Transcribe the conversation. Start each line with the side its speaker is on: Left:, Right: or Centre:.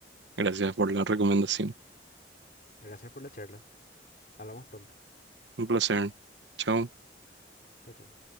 Right: Gracias por la recomendación.
Left: Gracias por la charla. Hablamos pronto.
Right: Un placer. Chao.
Left: Chao, chao.